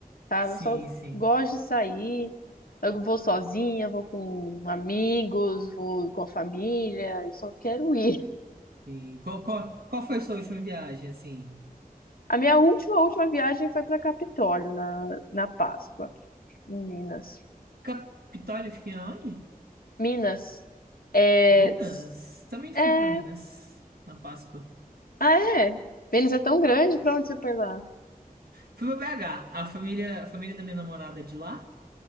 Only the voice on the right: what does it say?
sim,
sim.
Sim. Qual, qual, qual foi a sua última viagem, assim?
Capitólio, eu fiquei aonde?
Minas? Também fui
pra Minas, na Páscoa.
Fui pra BH. A família, a família da minha namorada é de lá.